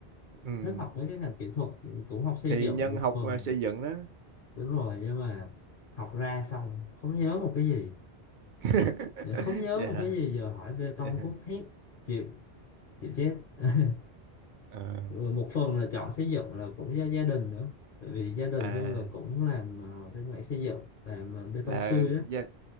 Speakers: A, on the right; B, on the left.
A: Ừ.
B: thích học mấy cái ngành kỹ thuật cũng học xây
A: thì
B: dựng
A: nhân
B: một
A: học
B: phần
A: à, xây dựng đó
B: đúng rồi nhưng mà học ra xong không nhớ một cái gì
A: <laughs>
B: không nhớ
A: dạ
B: một cái gì giờ hỏi bê tông
A: dạ
B: cốt thép chịu chịu chết <laughs>
A: Ờ.
B: Ừ, một phần là chọn xây dựng là cũng do gia đình nữa tại vì gia đình
A: à
B: tôi là cũng làm ờ, bên mảng xây dựng làm ờ, bê
A: là
B: tông tươi á
A: gia,